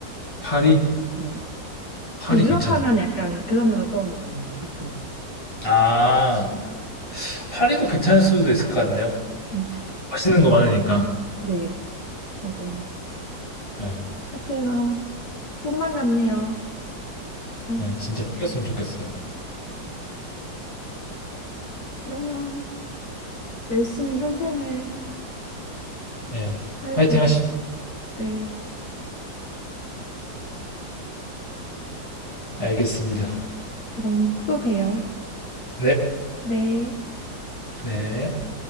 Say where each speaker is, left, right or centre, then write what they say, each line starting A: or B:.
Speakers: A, on the left (about 15°); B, on the left (about 55°).
A: 파리
B: 네.
A: 파리
B: 보통
A: 괜찮나?
B: 유럽 하면 약간 그런 나라 떠올리잖아요, 보통.
A: 아 파리도 괜찮을 수도 있을 것 같네요.
B: 음,
A: 맛있는 거 많으니까.
B: 네, 맞아, 맞아.
A: 네,
B: 하여튼, 아, 꿈만 같네요. 아,
A: 네, 진짜 생겼으면 좋겠어요.
B: 그러면 열심히 현생을
A: 네,
B: 살고,
A: 화이팅 하시죠.
B: 네,
A: 알겠습니다.
B: 그럼 또 봬요.
A: 네,
B: 네.
A: 네.